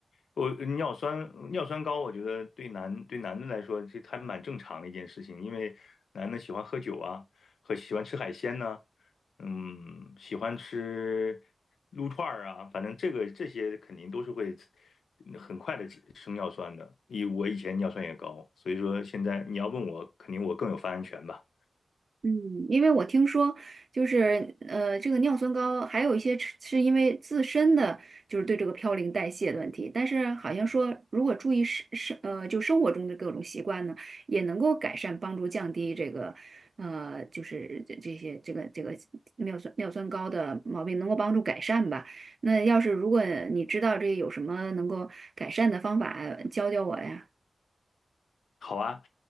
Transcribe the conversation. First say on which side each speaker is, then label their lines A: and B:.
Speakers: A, on the left; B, on the right.
A: 我尿酸尿酸高，我觉得对男对男的来说，这还蛮正常的一件事情，因为男的喜欢喝酒啊，和喜欢吃海鲜呢、嗯，喜欢吃撸串儿啊，反正这个这些肯定都是会很快的升尿酸的。以我以前尿酸也高，所以说现在你要问我，肯定我更有发言权吧。
B: 嗯，因为我听说，就是呃，这个尿酸高还有一些是是因为自身的就是对这个嘌呤代谢的问题，但是好像说如果注意生生呃就生活中的各种习惯呢，也能够改善帮助降低这个呃就是这这些这个这个尿酸尿酸高的毛病能够帮助改善吧。那要是如果你知道这有什么能够改善的方法，呃教教我呀。
A: 好啊，